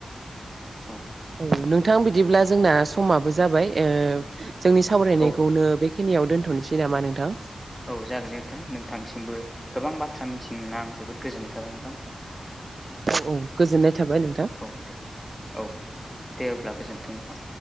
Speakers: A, in the centre; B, on the right.
A: औ
B: औ नों थां बिदिब्ला जोंना समाबो जाबाय ओ जोंनि सावरायनायखौनो
A: औ
B: बे खिनियाव दोनथ'नोसै नामा नोंथां?
A: औ जागोन दे नोंथां नोंथांसिमबो गोबां बाथ्रा मिथिनो मोनना आं जोबोद गोजोननाय थाबाय नोंथां।
B: औ गोजोननाय थाबाय नोंथां।
A: औ दे औ दे अब्ला गोजोन्थों नोंथां।